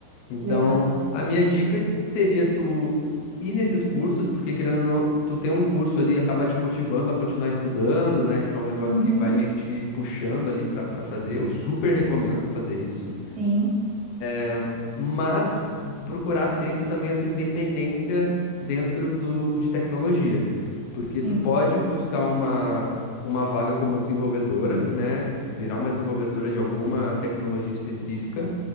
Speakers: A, on the left; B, on the right.
A: Então,
B: Legal.
A: a minha dica seria tu ir nesses cursos, porque querendo ou não, tu ter um curso ali acaba te motivando a continuar estudando, né? Tipo, é um negócio
B: Uhum.
A: que vai meio que te puxando ali pra, pra fazer. Eu super recomendo tu fazer isso.
B: Sim,
A: É, mas procurar sempre também a tua independência dentro do, de tecnologia, porque
B: sim.
A: tu pode buscar uma, uma vaga como desenvolvedora, né? Virar uma desenvolvedora de alguma tecnologia específica,